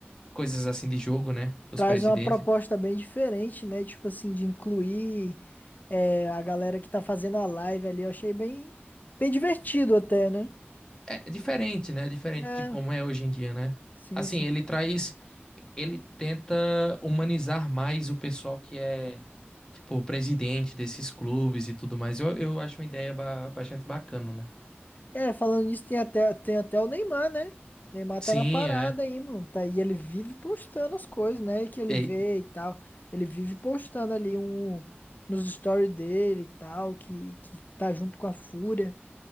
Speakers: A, on the left; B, on the left.
A: coisas assim de jogo, né? Os
B: traz
A: presidentes.
B: uma proposta bem diferente, né? Tipo assim, de incluir é, a galera que tá fazendo a live ali. Eu achei bem, bem divertido até, né?
A: É diferente, né? Diferente
B: É,
A: de como é hoje em dia, né?
B: sim,
A: Assim,
B: sim.
A: ele traz, ele tenta humanizar mais o pessoal que é, tipo, o presidente desses clubes e tudo mais. Eu, eu acho uma ideia ba- bastante bacana, né?
B: É, falando nisso, tem até, tem até o Neymar, né? O Neymar
A: Sim,
B: tá na parada aí, mano. Tá, e ele vive postando as coisas, né? Que ele
A: é.
B: vê e tal. Ele vive postando ali um nos stories dele e tal, que, que tá junto com a Fúria.